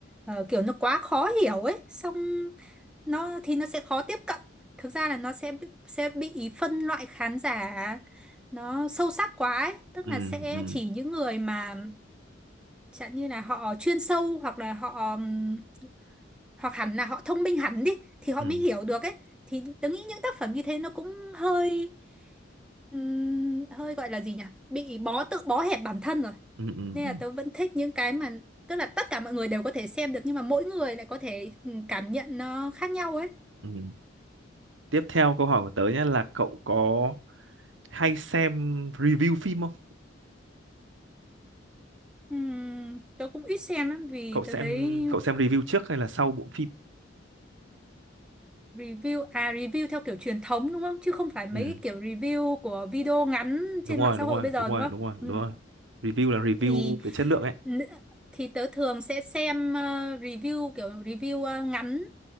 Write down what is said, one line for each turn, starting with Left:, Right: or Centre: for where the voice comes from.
Centre: ờ, kiểu nó quá khó hiểu ấy xong nó thì nó sẽ khó tiếp cận thực ra là nó sẽ sẽ bị phân loại khán giả nó sâu sắc quá ấy. tức
Right: ừ
Centre: là sẽ
Right: ừ
Centre: chỉ những người mà chẳng như là họ chuyên sâu hoặc là họ ừm, hoặc hẳn là họ thông minh hẳn đi thì họ
Right: ừ
Centre: mới hiểu được ấy thì tớ nghĩ những tác phẩm như thế nó cũng hơi ừm, hơi gọi là gì nhỉ bị bó tự bó hẹp bản thân rồi
Right: ừ ừ
Centre: nên
Right: ừ
Centre: là tớ vẫn thích những cái mà tức là tất cả mọi người đều có thể xem được nhưng mà mỗi người lại có thể ừm, cảm nhận nó khác nhau ấy
Right: ừ. tiếp theo câu hỏi của tớ nhé là cậu có hay xem review phim không
Centre: Ừm, tớ cũng ít xem lắm vì
Right: cậu xem
Centre: tớ thấy
Right: cậu xem review trước hay là sau bộ phim
Centre: review à review theo kiểu truyền thống đúng không chứ không phải mấy
Right: ừ.
Centre: cái kiểu review của video ngắn
Right: đúng
Centre: trên
Right: rồi
Centre: mạng xã
Right: đúng
Centre: hội
Right: rồi
Centre: bây giờ
Right: đúng rồi
Centre: đúng không
Right: đúng rồi
Centre: Ừm,
Right: đúng rồi review là review
Centre: thì
Right: về chất lượng ấy
Centre: nữ- thì tớ thường sẽ xem ờ, review kiểu review ờ, ngắn